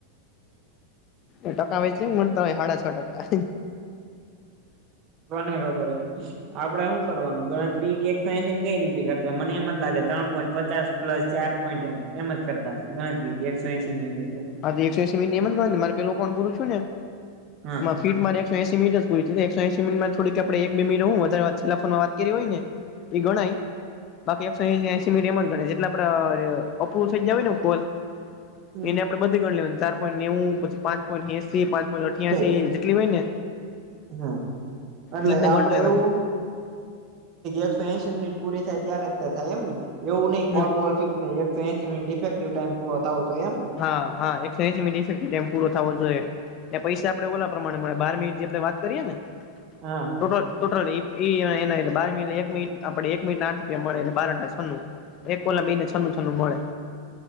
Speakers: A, on the left (about 35°); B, on the right (about 35°).
A: એ ટકા વેચે ને મને તા હાંડા છ ટકા
B: કોણે ખબર હવે આપડે હુ કરવાનું ગણતરી એક ફસીન કઈ રીતે કરતા મને એમ જ લાગે ત્રણ પોઈન્ટ પચાસ. પ્લસ ચાર પોઈન્ટ એમ એમ જ કરતા હશે ગણતરી એકસો એસી મિનિટ એટલે.
A: હા તો એકસો એસી મીટ ની એમ જ મારે પેલું ફોન પૂરું થયું ને એ.
B: હા
A: સીટમાં એકસો એસી મીનીટ જ પુરી એકસો એસી મીનીટમાં થોડીક આપણે એક બે મીનીટ હું વધારે છેલ્લા ફોમાં વાત કરી હોય ને
B: <inaudible>
A: એ ગનાઈ બાકી એકસો એસી એટલા ગણાય જેટલાં આપડા એપ્રુવ થય ગયા હોય ને કોલ
B: હમ
A: એને આપે બધી ગણ લે ચાર પોઈન્ટ નેવું પછી પાંચ પોઈન્ટ એસી પાંચ પોઈન્ટ અઠ્યાસી
B: ઠીક
A: જેટલી હોય ને
B: હમ એટલે
A: રીતના
B: આપડે
A: ગણ લેવાની
B: એવું. એકસો એશી મિનિટ પૂરી થાય ત્ય્યારે જ થાય એમ ને એવું નઈ
A: હમ
B: કોલ બોલ ફિક્સ એકસો એસી મિનિટ ઇફક્ટિવ ટાઈમ પરો થવો જોએ એમ.
A: હા હા એકસો એસીઈ મિનિટ ફફેકટીવ ટાઈમ પૂરો થવો જોઈએ. એ પૈસા આપડે ઓલા પ્રમાણે મળે બાર મિનિટ જે આપણે વાત કરીએ ને
B: હા
A: ટોટલ ટોટલ ઈ એના બાર મિનિટ એક મિનીટ આપડે એક મિનિટનસ આઠ રૂપિયા મળે એટલે બાર <unintelligible> જણું એક કોલા ના બેઈ ને છનું છનું મળે